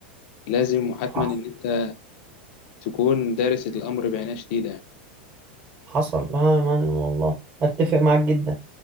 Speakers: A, on the left; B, on the right.
A: لازم وحتما
B: حصل
A: إن أنت تكون دارس الأمر بعناية شديدة
B: حصل اه يا معلم والله اتفق معاك جدا